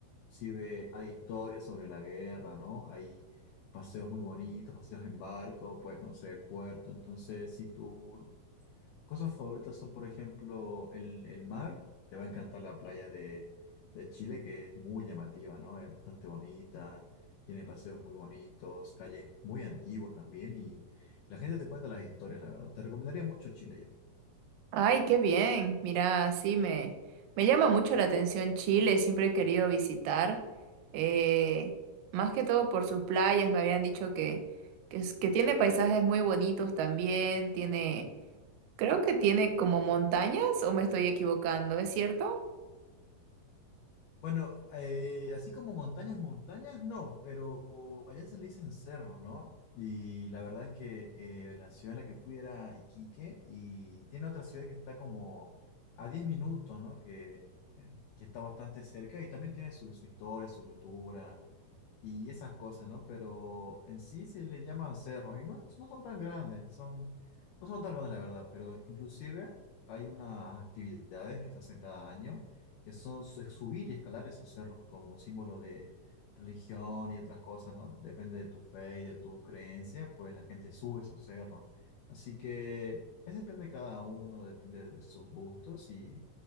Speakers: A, on the left; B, on the right.
A: sí ve, hay historias sobre la guerra, ¿no? Hay paseos muy bonitos, paseos en barco, puedes conocer el puerto. Entonces, si tú Cosas favoritas son, por ejemplo, el, el mar. Te va a encantar la playa de, de Chile, que es muy llamativa, ¿no? Es bastante bonita, tiene paseos muy bonitos, calles muy antiguas también, y la gente te cuenta las historias, la verdad. Te recomendaría mucho Chile yo.
B: Ay, qué bien. Mira, sí, me, me llama mucho la atención Chile, siempre he querido visitar, eh, más que todo por sus playas, me habían dicho que, que, es- que tiene paisajes muy bonitos también, tiene, creo que tiene como montañas o me estoy equivocando, ¿es cierto?
A: Bueno, eh, así como montañas, montañas, no, pero allá se le dicen cerros, ¿no? Y la verdad es que eh, la ciudad en la que fui era Iquique y tiene otra ciudad que está como a 10 minutos, ¿no? Que, que está bastante cerca y también tiene su, su historia, su cultura y esas cosas, ¿no? Pero en sí se les llaman cerros y no, es- no son tan grandes, son, no son tan grandes la verdad, pero inclusive hay unas actividades que se hacen cada año que son su- subir y escalar esos cerros como símbolo de religión y otras cosas, ¿no? Depende de tu fe y de tu creencia, pues la gente sube esos cerros. Así que es depende de cada uno, depende de sus gustos y,